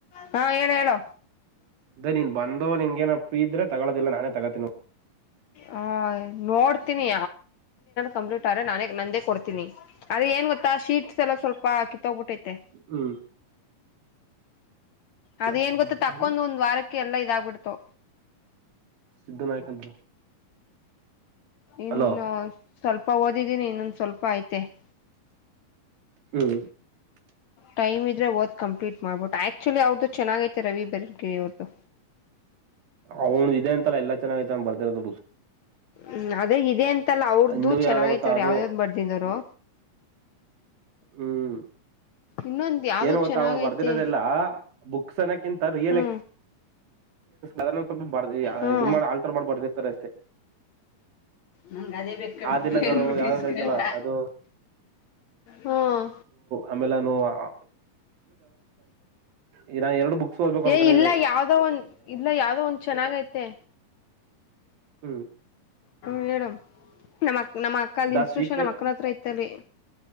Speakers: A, on the left; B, on the right.
A: ಹಾ ಹೇಳ್ ಹೇಳು
B: ಅದೇ ನೀನ್ ಬಂದು ನಿನ್ ಫ್ರೀ ಇದ್ರೆ ತಗೋದಿಲ್ಲ ನಾನೇ ತಗೋತೀನ
A: ಹಾ ನೋಡ್ ಕೊತನಿ ಕಂಪ್ಲೀಟ್ ಆದ್ರೆ ನಾನೇ ನಂದೇ ಕೊಡ್ತೀನಿ ಅದೇ ಏನ್ ಗೊತ್ತಾ ಶೀಟ್ಸ್ ಎಲ್ಲ ಸ್ವಲ್ಪ ಕಿತ್ತೋಗ್ಬಿಟ್ಟೈತೆ
B: ಹ್ಮ್
A: ಅದೇಏನ್
B: ಫೋನ್
A: ಗೊತ್ತ
B: ಮಾಡ್ತಾರೆ
A: ತಕ್ಕೊಂಡ್ ಒಂದ್ ವಾರಕ್ಕೆ ಎಲ್ಲ ಇದಾಗಬಿಡ್ತು
B: ಸಿದ್ದನಾಯಕ್ ಅಂತ
A: ಇನ್ನು
B: ಅಲೋ
A: ಸ್ವಲ್ಪ ಓದಿದ್ದೀನಿ ಇನ್ನೊಂದ್ ಸ್ವಲ್ಪ ಆಯ್ತು <inaudible>
B: <unintelligible>
A: ಟೈಮ್ ಇದ್ರೆ ಓದ್ ಕಂಪ್ಲೇಟ್ ಮಾಡ್ಬಿಟ್ಟು ಆಕ್ಚುಲಿ ಅವರ್ದು ಚೆನ್ನಾಗಿದ್ದೀರಾ ರವಿ ಬೆಳಗೆ ಅವರ್ದು
B: ಹೌದು ಇದೆ ಅಂತ ಅಲ್ಲ ಎಲ್ಲಾ ಚೆನ್ನಾಗಿ ಬರೆದಿರುವುದು ಬುಕ್ಸ್ <inaudible>
A: ಹ್ಮ್‌ ಅದೇ ಇದೆ ಅಂತಲ್ಲ ಅವರದು
B: ಇನ್ನು
A: ಚೆನ್ನಾಗಿರುತ್ತೆ
B: ಯಾವ್ದ ಗೊತ್ತಾ ಅದು
A: ಯಾವ ಯಾವ ಬರ್ತಿದ್ದಾರೋ
B: ಹ್ಮ್
A: ಇನ್ನೊಂದ್ ಯಾವ್ದೋ
B: ಏನು ಗೊತ್ತಾ
A: ಚೆನ್ನಾಗೈತೆ
B: ಅವರು ಬರೆದಿರೋದ್ದೆಲ್ಲ ಬುಕ್ ಸೆಲೆಕ್ಟ್ ಅಂತ ರಿಯಲ್
A: ಹ್ಮ್
B: ಅದನ್ನು ಸ್ವಲ್ಪ ಬಾರ್ಡ್ಡಿಯ
A: ಹ್ಮ್
B: ಇದು ಅನ್ಸಾರ್ ಮಾಡಬಹುದು ಅಷ್ಟೇ
A: ನಂಗ್ ಅದೇ ಬೇಕ್ ಕಣ್ರೀ
B: ಆ ದಿನಗಳು
A: ಅನ್ಬಿಟ್ಟು
B: ಯಾವ
A: ಇಸ್ಕಂಡ
B: ಯಾವ ಐತಲ ಇದು
A: ಹ್ಮ್
B: ಇನ್ನೊಂದು ಆಗಲಿ ಇನ್ನು ಎರಡು ಬುಕ್ಸ್ ಓದಬೇಕು ಅನ್ಕೊಂಡಿದ್ದೀನಿ
A: ಏ ಇಲ್ಲ ಯಾವ್ದೋ ಒಂದ್ ಇಲ್ಲ ಯಾವ್ದೋ ಒಂದ್ ಚೆನ್ನಾಗೈತೆ
B: ಹ್ಮ
A: ಮೇಡಂ ನಾಮ್ ಅಕ್ಕ ನಮ್ಮಕ್ಕ
B: ದ
A: ಸ್ಟೇಷನ್
B: ಸೀಕ್ರೆಟ್
A: ನಮ್ಮಕ್ಕನ ಹತ್ರ ಇದ್ದಿ